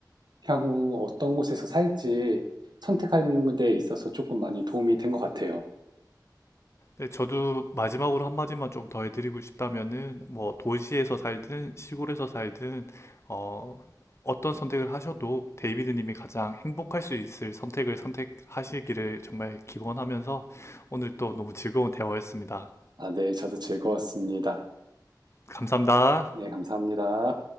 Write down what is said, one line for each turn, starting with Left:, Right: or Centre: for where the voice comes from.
Right: 향후 어떤 곳에서 살지 선택하는 데 있어서 조금 많이 도움이 된 것 같아요.
Left: 네, 저도 마지막으로 한마디만 좀 더 해드리고 싶다면은, 뭐, 도시에서 살든 시골에서 살든, 어, 어떤 선택을 하셔도 데이비드님이 가장 행복할 수 있을 선택을 선택하시기를 정말 기원하면서 오늘 또 너무 즐거운 대화였습니다.
Right: 아, 네, 저도 즐거웠습니다.
Left: 감사합니다.
Right: 네, 감사합니다.